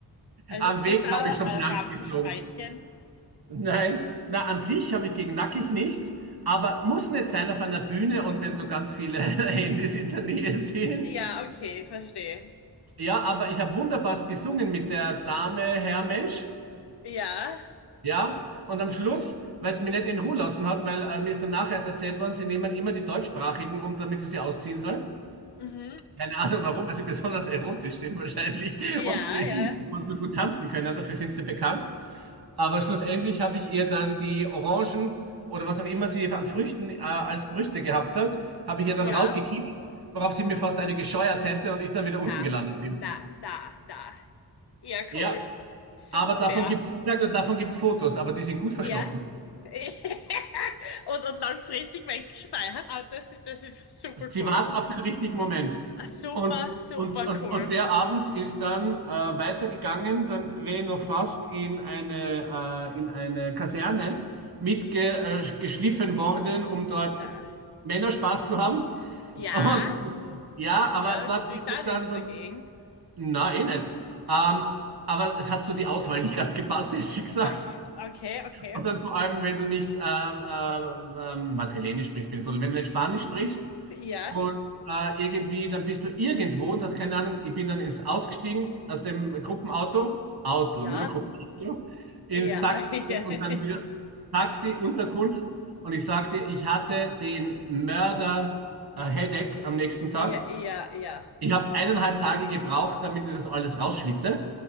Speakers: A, on the left; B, on the right.
A: Also
B: Am
A: bist
B: Weg
A: du auch
B: habe ich schon
A: ein
B: blank
A: Rampenschweinchen.
B: gezogen. Nein, na, an sich habe ich gegen Nackig nichts, aber muss nicht sein auf einer Bühne und wenn so ganz viele <laughs> Handys in der Nähe sind.
A: Ja, okay, verstehe.
B: Ja, aber ich habe wunderbar gesungen mit der Dame, Herr Mensch.
A: Ja,
B: Ja, und am Schluss, weil es mich nicht in Ruhe lassen hat, weil äh, mir ist danach erst erzählt worden, sie nehmen immer die deutschsprachigen, um damit sie sie ausziehen sollen.
A: mhm.
B: Keine Ahnung warum, weil sie <laughs> besonders erotisch sind wahrscheinlich und,
A: Ja,
B: ge-
A: ja,
B: und so gut tanzen können, dafür sind sie bekannt. Aber schlussendlich habe ich ihr dann die Orangen oder was auch immer sie an Früchten äh, als Brüste gehabt hat, habe ich ihr dann
A: ja.
B: rausgekickt, worauf sie mir fast eine gescheuert hätte und ich dann wieder
A: Na,
B: unten gelandet bin.
A: na, na, na. Ja,
B: Ja,
A: cool. Super.
B: aber davon gibt's, ich sag nur, davon gibt's Fotos, aber die sind gut verschlossen.
A: Ja. <laughs> Und, und langfristig weggespeichert. Ah, das ist, das ist super
B: Sie
A: cool.
B: warten auf den richtigen Moment.
A: Ah, Super,
B: Und,
A: super
B: und, und,
A: cool.
B: und der Abend ist dann äh, weitergegangen, dann wäre ich noch fast in eine, äh, in eine Kaserne mitgeschliffen worden, um dort
A: Na.
B: Männer Spaß zu haben.
A: Ja,
B: Und ja, aber
A: ja,
B: dort
A: spricht
B: ist
A: da
B: es
A: nichts
B: dann, dann
A: dagegen.
B: na, eh nicht. Ähm, aber es hat so die Auswahl nicht ganz gepasst, <laughs> hätte ich gesagt.
A: Okay, okay, okay.
B: Und dann vor allem, wenn du nicht ähm, ähm, ähm, Madrilenisch sprichst, bin ich toll. wenn du nicht Spanisch sprichst,
A: Ja,
B: und äh, irgendwie, dann bist du irgendwo und hast keine Ahnung. Ich bin dann ins ausgestiegen aus dem Gruppenauto, Auto,
A: ja,
B: nur Gruppenauto, ins
A: ja,
B: Taxi
A: <laughs>
B: rein und dann wieder Taxi, Unterkunft. Und ich sagte, ich hatte den Mörder äh, Headache am nächsten Tag.
A: ja, ja, ja, ja.
B: Ich habe eineinhalb Tage gebraucht, damit ich das alles rausschwitze.